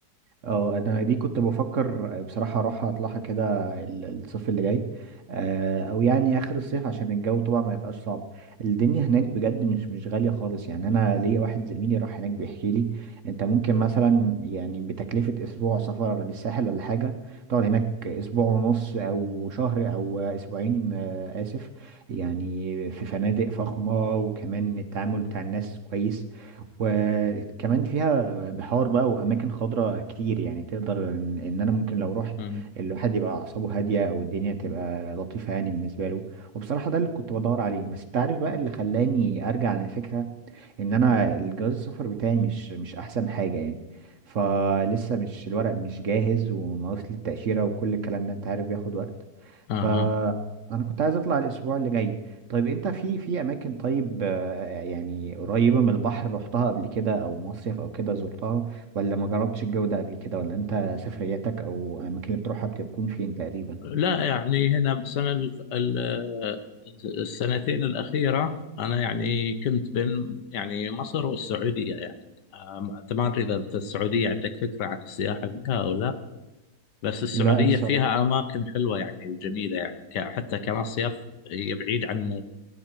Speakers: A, on the right (about 55°); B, on the left (about 75°).
A: اه انا دي كنت بفكر بصراحه اروح اطلعها كده ال- الصيف اللي جاي آه، او يعني اخر الصيف عشان الجو طبعا ما يبقاش صعب الدنيا هناك بجد مش مش غاليه خالص يعني انا ليا واحد زميلي راح هناك بيحكي لي انت ممكن مثلا يعني بتكلفه اسبوع سفر للساحل ولا حاجه تقعد هناك اسبوع ونص او شهر او اسبوعين آه، اسف يعني في فنادق فخمه وكمان التعامل بتاع الناس كويس وكمان فيها بحار بقى واماكن خضراء كتير يعني تقدر ان إن انا ممكن لو رحت
B: مم.
A: الواحد يبقى اعصابه هاديه او الدنيا تبقى لطيفه يعني بالنسبه له وبصراحه ده اللي كنت بدور عليه بس انت عارف بقى اللي خلاني ارجع عن الفكره ان انا الجواز السفر بتاعي مش مش احسن حاجه يعني فلسه مش الورق مش جاهز وناقص لي التاشيره وكل الكلام ده انت عارف بياخد وقت
B: اها
A: ف انا كنت عايز اطلع الاسبوع اللي جاي طيب انت في في اماكن طيب آه، يعني قريبة من البحر رحتها قبل كده او مصيف او كده زرتها ولا ما جربتش الجو ده قبل كده ولا انت سفرياتك او الاماكن اللي بتروحها بتكون فين تقريبا
B: لا يعني هنا بسنه الف- ال- السنتين الاخيره انا يعني كنت بين يعني مصر والسعوديه يعني أم- انت ما ادري اذا انت السعوديه عندك فكره عن السياحه فيها او لا بس السعوديه
A: لا بصراحة
B: فيها اماكن حلوه يعني جميله يعني ك- حتى كمصيف هي بعيد عن